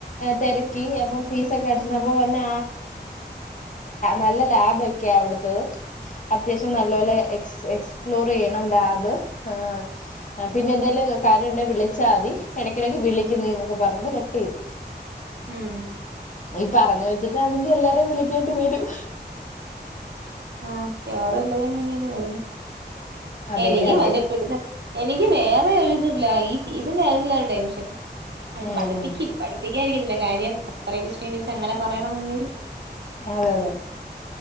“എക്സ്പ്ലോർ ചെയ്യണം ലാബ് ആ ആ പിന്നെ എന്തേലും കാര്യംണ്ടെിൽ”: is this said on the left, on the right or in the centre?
Left